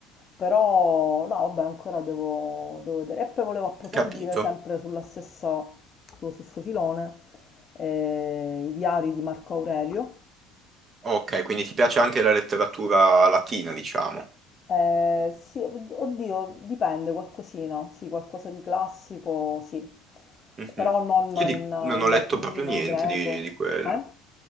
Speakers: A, on the left; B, on the right.
A: Però, no, vabbè, ancora devo, devo vedere. E poi volevo approfondire
B: Capito.
A: sempre sulla stessa, sullo stesso filone, eh, i diari di Marco Aurelio
B: Ok, quindi ti piace anche la letteratura latina, diciamo.
A: Eh, sì, od- oddio, dipende, qualcosina, sì, qualcosa di classico, sì,
B: Mhm.
A: però non
B: Io di-
A: in,
B: non
A: in
B: ho letto
A: latino,
B: proprio niente
A: greco,
B: di, di quello.
A: eh?